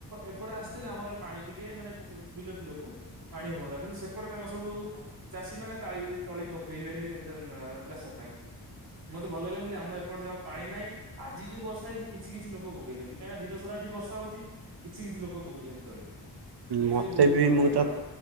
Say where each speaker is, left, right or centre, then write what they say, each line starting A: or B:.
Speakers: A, on the right; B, on the right.
A: ଏପଟେ ଆସିିଥିଲେ ଆମର ପାଣି ଟିକେ ମାନେ ବିଲ ଫିଲକୁ ପାଣି ହୁଅନ୍ତା କିନ୍ତୁ ସେପଟେ ତାଙ୍କ ସବୁ ଚାଷୀ ମାନେ ତାଳି ତଳି ପକେଇଲେଣି। ଦେନ୍ ଚାଷ ପାଇଁ ମତେ ଭଲ ଲାଗିଲା ବୋଲି ଆମ ଏପଟେ ଯା ପାଣି ନାହିଁ। ଆଜି ଯୋଉ ବର୍ଷା ହେଇଛି କିଛି କିଛି ଲୋକ ପକେଇଛନ୍ତି କାହିଁକି ନା ଦିନ ସାରା ଏଠି ବର୍ଷା ହଉଛି କିଛି ଲୋକ ପକେଇଛନ୍ତି ତଳି। ଏଥିରେ
B: ମତେ
A: ବହୁତ
B: ବି
A: ଭଲ
B: ମୁଁ
A: ଲାଗିଲା
B: ତ